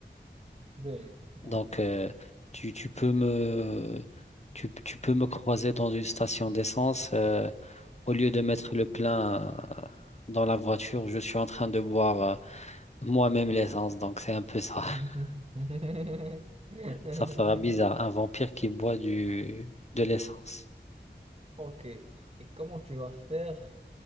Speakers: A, on the right; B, on the left.
A: Deux. D'accord.
B: Donc, euh, tu, tu peux me, tu, tu peux me croiser dans une station d'essence. euh, au lieu de mettre le plein euh, dans la voiture, je suis en train de boire euh, moi-même l'essence. Donc, c'est un peu ça.
A: <laughs>
B: <laughs> Ça fera bizarre. Un vampire qui boit du, de l'essence.
A: Ok. Et comment tu vas faire